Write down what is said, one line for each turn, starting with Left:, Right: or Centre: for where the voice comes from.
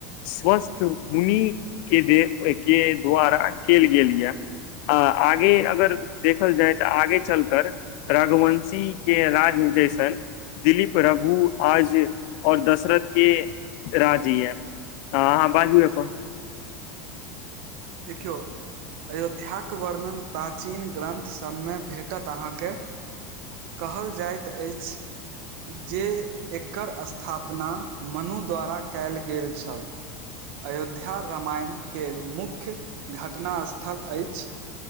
Left: स्वस्थ मुनि के देल ओय के द्वारा केल गेल या। आ आगे अगर देखल जाय तऽ आगे चलकर रघुवंशी के राज निवेशन दिलीप रघु आज और दशरथ के राज ये। हाॅं हाॅं अहाँ बाजू अपन।
Right: देखियौ। अयोध्याक वर्णन प्राचीन ग्रन्थ सभमें भेटत अहाँके। कहल जाइत अछि। जे एकर स्थापना मनु द्वारा कैल गेल छल। अयोध्या रामायण केर मुख्य घटना स्थल ऐछ।